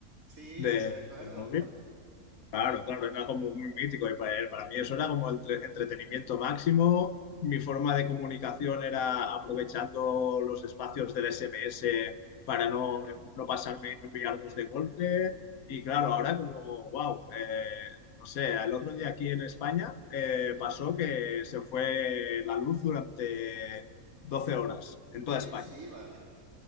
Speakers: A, on the right; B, on the left.
A: Sí,
B: de-
A: sí, me acuerdo.
B: del móvil. Claro, claro, era como muy mítico y para, para mí eso era como entre- entretenimiento máximo. Mi forma de comunicación era aprovechando los espacios del SMS para no, no pasarme y no enviar dos de golpe. Y claro, ahora como, wow, no sé, el otro día aquí en España eh, pasó que se fue la luz durante 12 horas en toda
A: Oye,
B: España.
A: sí, vale.